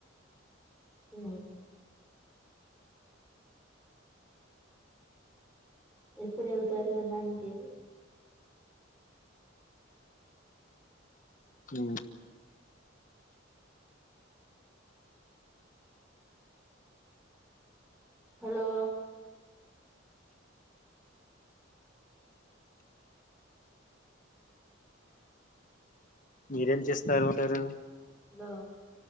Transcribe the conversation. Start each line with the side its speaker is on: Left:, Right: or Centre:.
Centre: ఓ ఎప్పుడు ఎళ్తారు అన్నానికి
Left: ఉమ్
Centre: హలో
Left: మీరేం చేస్తారు ఉంటారు
Centre: హలో